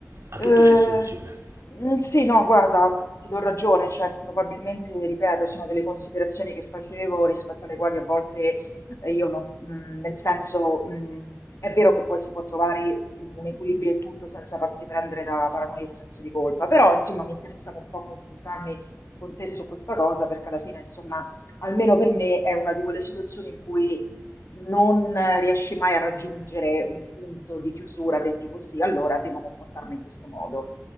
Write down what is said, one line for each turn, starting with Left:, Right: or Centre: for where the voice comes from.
Right: A
Left: Eh,
Right: tutto c'è soluzione.
Left: mm, sì, no, guarda, ti do ragione, cioè probabilmente, ripeto, sono delle considerazioni che facevo rispetto alle quali a volte eh, io non, mm, nel senso, mm, è vero che poi si può trovare un equilibrio in tutto senza farsi prendere da paranoia e senso di colpa, però insomma mi interessava un po' confrontarmi con te su questa cosa perché alla fine, insomma, almeno per me è una di quelle situazioni in cui non eh, riesci mai a raggiungere un punto di chiusura del tipo sì, allora devo comportarmi in questo modo.